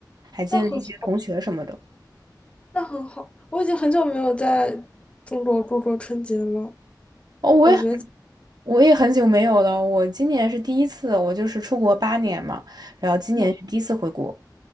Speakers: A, on the right; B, on the left.
A: 还见了一些同学什么的。
B: 那很好，那很好。我已经很久没有在中国过过春节了，
A: 哦，我也很
B: 感觉
A: 我也很久没有了，我今年是第一次，我就是出国八年嘛，然后今年是第一次回国，
B: 我